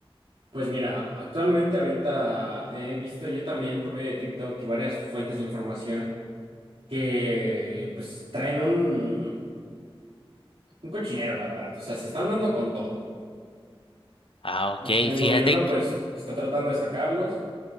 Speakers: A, on the right; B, on the left.
A: Pues mira, actualmente ahorita he visto yo también por medio de TikTok y varias fuentes de información que pues traen un, un cochinero, la verdad. O sea, se están dando con todo.
B: Ah, ok,
A: El
B: fíjate.
A: gobierno pues está tratando de sacarlos.